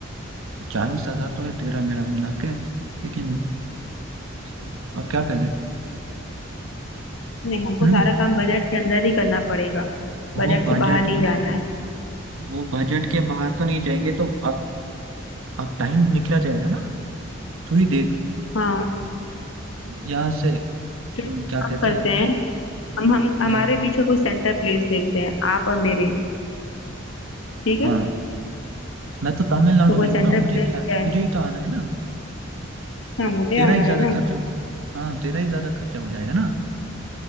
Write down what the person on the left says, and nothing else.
नहीं हमको
सारा काम बजट के अंदर ही करना पड़ेगा
बजट
से बाहर नहीं
जाना है
हाँ
तो एक
काम
करते
हैं हम हम हमारे
बीच का कोई सेंटर प्लेस देखते हैं आप और मेरे ठीक है
तो कोई
सेंटर
प्लेस
क्या है
हाँ मुझे
आना
है ना